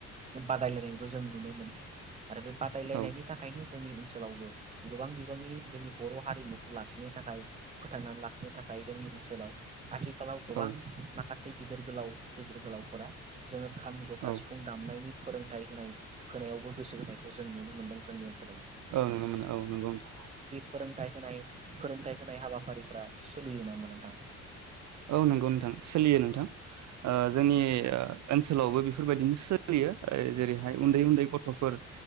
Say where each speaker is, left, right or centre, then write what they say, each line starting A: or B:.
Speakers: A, on the right; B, on the right.
A: बादायलायनायबो जों नुनो मोनो आरो बे बादायलायनायनि
B: औ
A: थाखायनो जोंनि ओनसोलावबो गोबां बिबांनि जोंनि बर' हारिमुखौ लाखिनो थाखाय फोथांनानै लाखिनो थाखाय जोंनि ओनसोलाव आथिखालाव गोबां
B: औ
A: माखा गासै गिदिर गोलाव गिदिर गोलाव फोरा जोङो खाम, जथा,
B: औ
A: सिफुं दामनायनि फोरोंथाइ होनाय होनायावबो गोसो होनायखौ जों नुनो मोनदों जोंनि ओनसो
B: औ नुनो मोनो औ नंगौ नोंथां
A: फोरोंथाय होनाय फोरोंथाय होनाय हाबाफारिफोरा सोलिय नामोन नोंथां?
B: औ नंगौ नोंथां सोलियो नोंथां ओ जोंनि ओनसोलावबो बेफोरबायदिनो सोलियो ओ जेरैहाय उन्दै उन्दै गथफोर